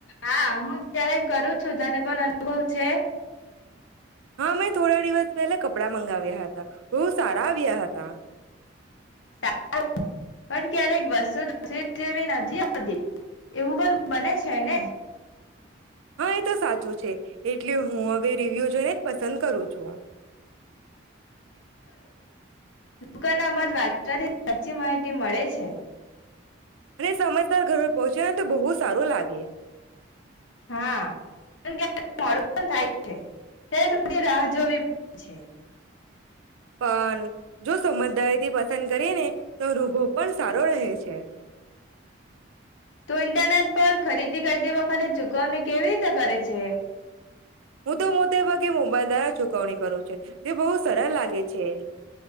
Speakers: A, on the left (about 70°); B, on the right (about 80°).
A: હા, હું ત્યારે કરું છું. તને પણ અનુભવ છે?
B: હા, મેં થોડા દિવસ પહેલા કપડા મંગાવ્યા હતા, બહુ સારા આવ્યા હતા.
A: <unintelligible> પણ ક્યારેક વસ્તુ તસવીર જેવી નથી આવતી, એવું પણ બને છે ને?
B: હા, એતો સાચ છુ છે, એટલે હવે હુ રિવ્યૂ જોઈને જ પસંદ કરું છુ.
A: દુકાના બાદ વાંચવાથી સાચી માહિતી મળે છે.
B: અને સમયસર ઘરે પહોંચે ને તો બહુ સારું લાગે.
A: હા, પણ ક્યારેક મોડું પણ થાય છે ત્યારે થોડી રાહ જોવી <unintelligible> છે.
B: પણ જો સમજદારી થી પસંદ કરીએ ને તો <unintelligible> પણ સારો રહે છે.
A: તું ઇન્ટરનેટ પર ખરીદી કરતી વખતે ચુકવણી કેવી રીતે કરે છે.
B: હું તો મોટે ભાગે મોબાઈલ દ્વારા ચુકવણી કરું છે. એ બોવ સરળ લાગે છે.